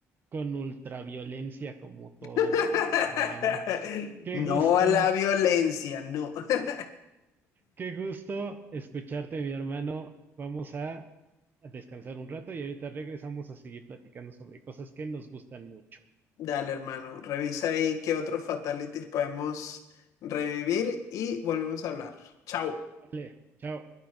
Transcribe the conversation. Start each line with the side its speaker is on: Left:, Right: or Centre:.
Right: Con ultraviolencia como todo
Left: <laughs>
Right: en la vida, hermano. Qué
Left: No
Right: gusto,
Left: a la violencia, no. <laughs>
Right: qué gusto escucharte, mi hermano. Vamos a a descansar un rato y ahorita regresamos a seguir platicando sobre cosas que nos gustan mucho.
Left: Dale, hermano, revisa ahí qué otros fatalities podemos revivir y volvemos a hablar. Chao.
Right: Vale, chao.